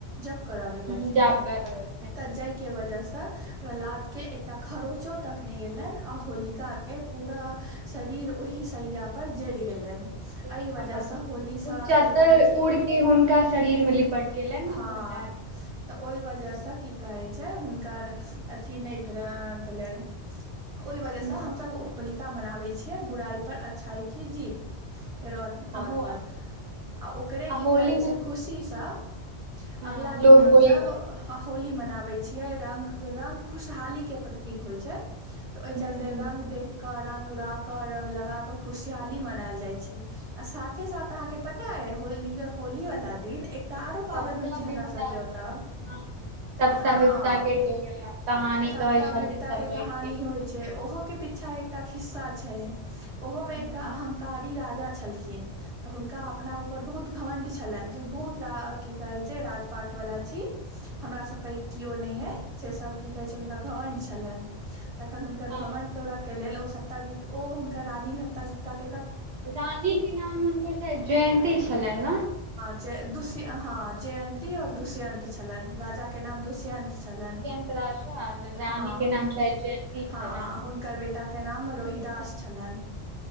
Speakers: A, on the right (about 35°); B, on the right (about 75°).
A: जप करऽ लगलखिन
B: हूँ जाप कर रहल
A: तऽ जाय के वजह से प्रह्लाद के एकटा खरोचो तक नहि अयलनि आ होलिकाके पूरा शरीर ओहि सयापर जरि गेलनि
B: छल
A: एहि वजहसँ होलीसँ
B: उ चद्दर
A: की कहै छै
B: उड़ के हुनका शरीर मे लिपट गेलनि ने
A: हँ
B: प्रहलाद
A: तऽ ओहि वजहसँ की कहै छै हुनकर अथ क नहि भेल भेलनि ओहि वजहसँ
B: हूँ
A: हमस होली ा मनाबै छियै बुराइ पर अच्छाई की जीत के
B: आ
A: तौर
B: हो
A: पर आ ओकरे की
B: होली
A: कहे
B: मे
A: छै खुशी से
B: हँ
A: अगला दिन
B: लोग
A: हमस
B: होली बन
A: होली मनाबे छियै रंगग के रङंगग खुशहाली के प्रतीक होइ छै तऽ ओहि
B: हूँ
A: चलते
B: हूँ
A: रंगग देख कर रंग उड़ाक रंग लगाक खुशहाली मनायल जाय छै आ साथे साथ अहाँ के पता यल होली वाला दिन एक आर पाबनि
B: सप्ता
A: होइ छै हमरा
B: विपता
A: सबके ओतऽ
B: के हँ सप्ता
A: हँ
B: विपता के डोरा कहानी
A: सप्ता
B: कहै छथिन
A: विपता
B: सब
A: के
B: बैठ
A: कहानी होइ छै ओहोोक के पीछा एकटा खिस्सा छै अ छै ओहो में
B: ह
A: एकटा अहंकारी राजा छलखिन तऽ हुनका अपना ऊपर बहुत घमण्ड छलनि जे हम बहुत की कहै छै राजपाठवला छी हमरा सब प केओ न यय से सब कि कह छै हुनका घवं्ड छलनि तखन हुनकर
B: हँ
A: घमण् तोड़ा के लेल ओ सप्ताह ओ हुनकर रानी सप्तव तक
B: रानीके नाम हुनकर जयन्ती छलनि ने
A: ्य ह जयन्ती आओर दष्यन्त छलनि राजा के नाम दुष्यन्त छलनि
B: जयंत राजा रानी
A: हँ
B: के नाम शायद जयन्ती छलनि
A: हँ हुनकर बेटे टाक के नाम रोहिदास छलनि